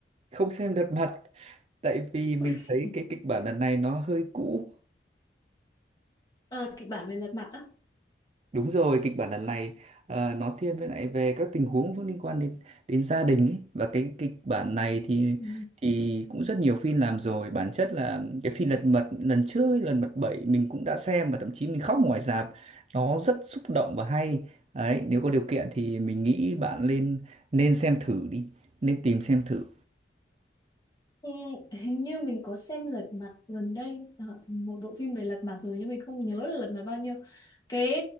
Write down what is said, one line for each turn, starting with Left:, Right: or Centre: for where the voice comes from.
Right: không xem Lật Mặt tại vì mình
Left: <laughs>
Right: thấy cái kịch bản lần này nó hơi cũ
Left: Ờ, kịch bản về Lật Mặt á.
Right: Đúng rồi, kịch bản lần này ờ, nó thiên với lại về các tình huống cũng liên quan đến đến gia đình ấy và cái kịch bản này thì
Left: Ừ.
Right: thì cũng rất nhiều phim làm rồi. Bản chất là cái phim Lật Mặt lần trước ấy, Lật Mặt 7 mình cũng đã xem và thậm chí mình khóc ngoài rạp. Nó rất xúc động và hay. Đấy, nếu có điều kiện thì mình nghĩ bạn nên nên xem thử đi, nên tìm xem thử.
Left: Ừ, hình như mình có xem Lật Mặt gần đây ờ, một bộ phim về Lật Mặt rồi nhưng mình không nhớ là Lật Mặt bao nhiêu. Cái